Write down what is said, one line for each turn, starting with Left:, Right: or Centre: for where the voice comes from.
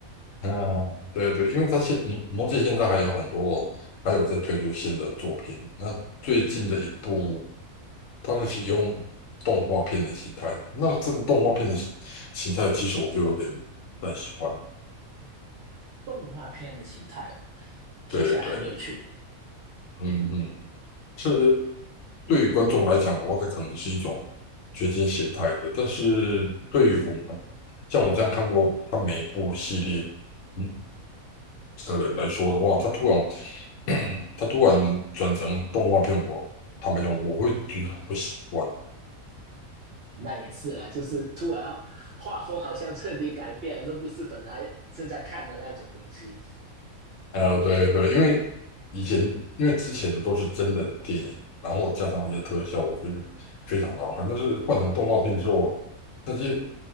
Left: 嗯，对对，因为他现你你忘记现在还有很多，还有在推出新的作品。那最近的一部，它是使用动画片的形态。那这个动画片的形形态，其实我就有点不太喜欢了
Right: 动画片的形态，听起来很有趣。
Left: 对对，嗯嗯，是对于观众来讲的话，这可能是一种掘金形态的。但是对于我们，像我这样看过他每一部系列，嗯。的人来说的话，他突然 <clears throat> 他突然转成动画片，我坦白讲，我会觉得很不习惯。
Right: 那也是啦，就是突然画风好像彻底改变了，这不是本来正在看的那种东西。
Left: 呃，对对，因为以前因为之前的都是真人电影，然后加上一些特效，我觉得非常好看。但是换成动画片之后，那些